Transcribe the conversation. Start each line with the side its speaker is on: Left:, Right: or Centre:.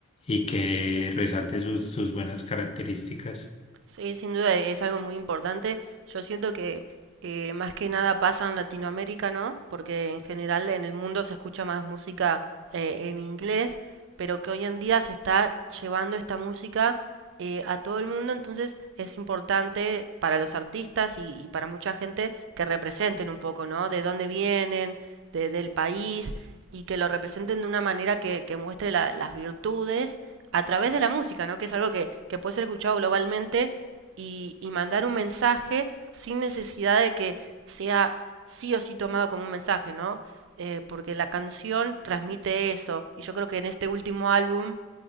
Left: y que resalte sus, sus buenas características.
Right: Sí, sin duda es algo muy importante. Yo siento que eh, más que nada pasa en Latinoamérica, ¿no? Porque en general en el mundo se escucha más música eh, en inglés, pero que hoy en día se está llevando esta música eh, a todo el mundo, entonces es importante para los artistas y, y para mucha gente que representen un poco, ¿no? De dónde vienen, de- del país y que lo representen de una manera que, que muestre la- las virtudes a través de la música, ¿no? Que es algo que, que puede ser escuchado globalmente y, y mandar un mensaje sin necesidad de que sea sí o sí tomado como un mensaje, ¿no? Eh, porque la canción transmite eso. Y yo creo que en este último álbum